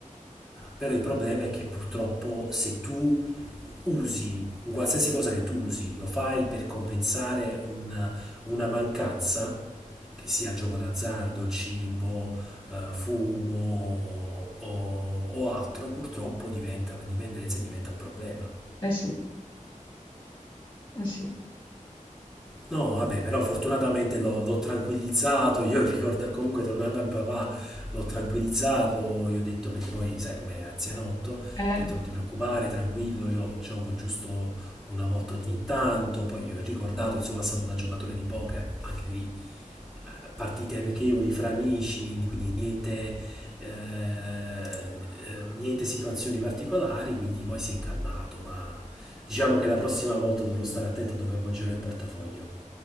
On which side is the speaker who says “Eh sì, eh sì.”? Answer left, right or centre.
Left